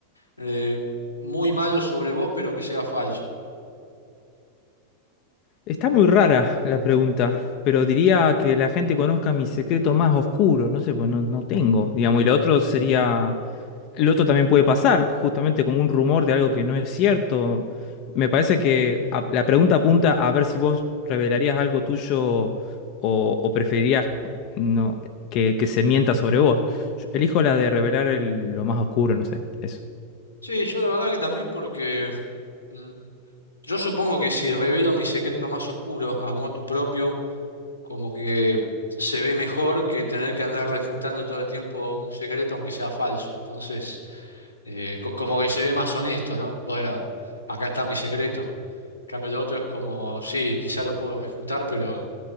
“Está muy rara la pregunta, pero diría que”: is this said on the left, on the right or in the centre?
Left